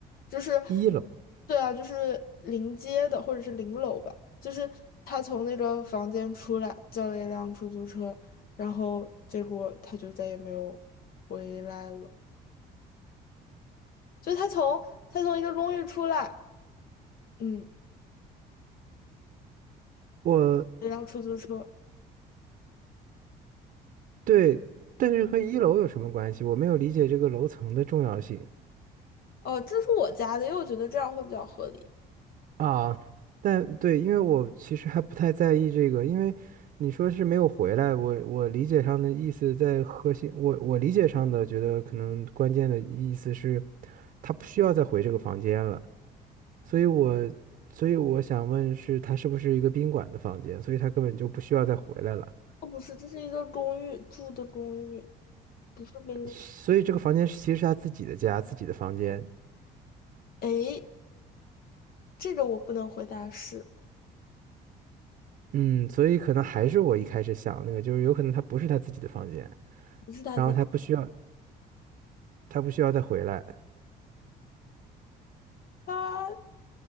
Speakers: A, on the left (about 60°); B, on the right (about 60°).
A: 就是
B: 一楼，
A: 对啊，就是临街的或者是临楼吧，就是他从那个房间出来，叫了一辆出租车，然后结果他就再也没有回来了。就他从他从一个公寓出来，嗯，
B: 我
A: 一辆出租车，
B: 对，但是和一楼有什么关系？我没有理解这个楼层的重要性
A: 哦，这是我家的，因为我觉得这样会比较合理。
B: 啊。但对，因为我其实还不太在意这个，因为你说是没有回来，我我理解上的意思在核心，我我理解上的觉得可能关键的意思是，他不需要再回这个房间了。所以我所以我想问是，他是不是一个宾馆的房间？所以他根本就不需要再回来了。
A: 哦，不是，这是一个公寓，住的公寓，不是宾馆。
B: 所以这个房间是其实是他自己的家，自己的房间。
A: 诶，这个我不能回答是，
B: 嗯，所以可能还是我一开始想那个，就是有可能他不是他自己的房间，
A: 不是大姐，
B: 然后他不需要他不需要再回来，
A: 他